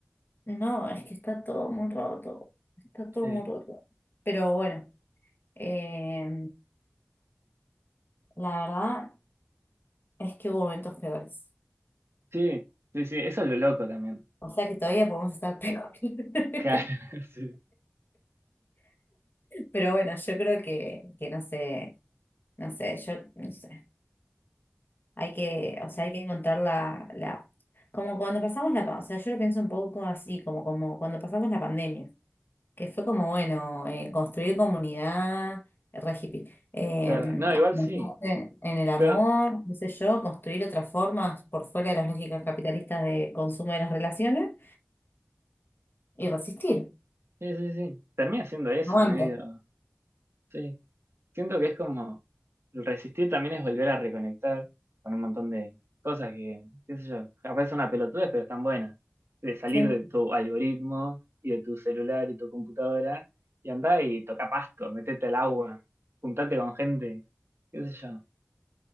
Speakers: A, on the left; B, on the right.
A: No, es que está todo muy roto. Está todo
B: Sí,
A: muy roto. Pero bueno, eh, la verdad. Es que hubo momentos peores.
B: sí, sí, sí, eso es lo loco también.
A: O sea que todavía podemos estar peor. <laughs>
B: Claro, <laughs> sí.
A: Pero bueno, yo creo que, que no sé, no sé, yo no sé. Hay que, o sea, hay que encontrar la, la, como cuando pasamos la, pa- o sea, yo lo pienso un poco así, como, como cuando pasamos la pandemia, que fue como, bueno, eh, construir comunidad, re hippie, eh,
B: Claro, no,
A: afianzarse
B: igual sí.
A: en el amor,
B: Pero,
A: qué sé yo, construir otras formas por fuera de las lógicas capitalistas de consumo de las relaciones y resistir.
B: sí, sí, sí. Termina siendo eso,
A: Aguanta.
B: medio. Sí. siento que es como el resistir también es volver a reconectar con un montón de cosas que, qué sé yo, capaz son una pelotudez, pero están buenas. De salir
A: Sí,
B: de tu algoritmo y de tu celular y tu computadora y andá y toca pasto, metete al agua, juntate con gente, qué sé yo.